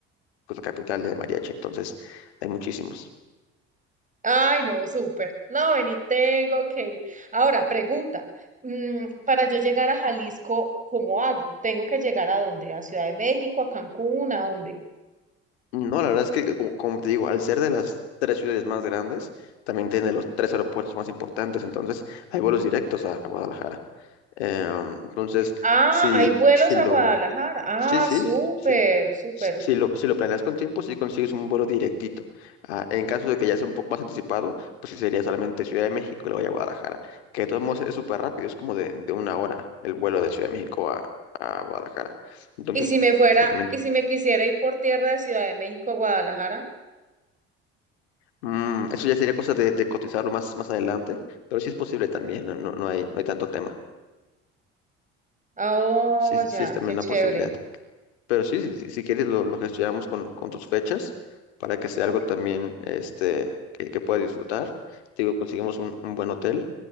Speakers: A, on the left; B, on the right.
A: es la capital de mariachi, entonces hay muchísimos.
B: Ay, no, súper. No, vení, tengo que ir. Ahora, pregunta, mm, para yo llegar a Jalisco, ¿cómo hago? ¿Tengo que llegar a dónde? ¿A Ciudad de México, a Cancún, a dónde?
A: No, la verdad es que, como, como te digo, al ser de las tres ciudades más grandes, también tiene los tres aeropuertos más importantes, entonces hay vuelos directos a, a Guadalajara. Em, entonces,
B: Ah,
A: si,
B: hay vuelos
A: si
B: a
A: lo...
B: Guadalajara. Ah,
A: Sí, sí,
B: súper,
A: sí.
B: súper.
A: Si si lo, si lo planeas con tiempo, sí consigues un vuelo directito. Ah, en caso de que ya sea un poco más anticipado, pues sí sería solamente Ciudad de México y luego ya Guadalajara, que de todos modos es súper rápido, es como de, de una hora el vuelo de Ciudad de México a, a Guadalajara. Entonces,
B: Y si me fuera,
A: también,
B: y si me quisiera ir por tierra de Ciudad de México a Guadalajara,
A: mm, eso ya sería cosa de, de cotizarlo más, más adelante, pero sí es posible también, no, no, no hay, no hay tanto tema.
B: Ah, oh,
A: Sí, sí
B: ya,
A: es también
B: qué
A: una
B: chévere.
A: posibilidad. Pero sí, si, si- si quieres lo, lo gestionamos con, con tus fechas para que sea
B: Ok.
A: algo también este, que, que puedas disfrutar. Te digo, conseguimos un, un buen hotel